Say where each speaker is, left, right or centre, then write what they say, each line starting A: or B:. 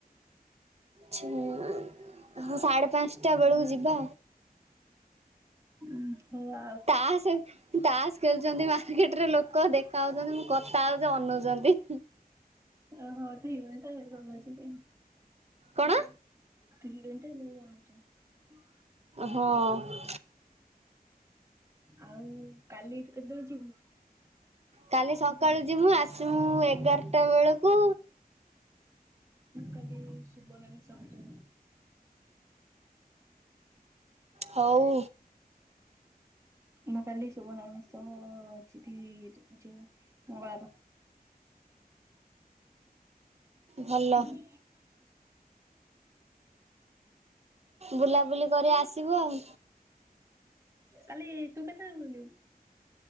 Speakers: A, on the right; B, on the right.
A: <unintelligible> ହଁ, ସାଢ଼େ ପାଞ୍ଚଟା ବେଳକୁ ଯିବା।
B: ଉଁ <unintelligible>
A: ତାଆ ସ ତାସ ଖେଳୁଛନ୍ତି, ମାର୍କେଟ ରେ ଲୋକ ଦେଖା ହାଉଛନ୍ତି, କଥା ହଉଛି, ଅନେଉଛନ୍ତି।
B: ଓହୋ, ଠିକ୍ ଅଛି <unintelligible>
A: କଣ?
B: କିଲେଟା ନିଆଛିନ୍?
A: ହଁ।
B: ଆଉ କାଲି ଏଠୁ କେତେ ବେଳେ ଯିବୁ?
A: କାଲି ସକାଳୁ
B: <unintelligible>
A: ଯିମୁ ଆସିମୁ ଏଗାରଟା
B: ମୁଁ
A: ବେଳକୁ
B: କାଲି ସୁବନାନୀ ସହଜ।
A: ହଉ।
B: ମୁ କାଲି ସୁବ ନାନୀ ସହ ଯିବି ଜ ଯୋଉ <unintelligible>
A: ଭଲ
B: ଉଁ
A: ବୁଲାବୁଲି କରି ଆସିବୁ ଆଉ।
B: କାଲି ତୁ କେତେବେଳେ ଗଲୁ?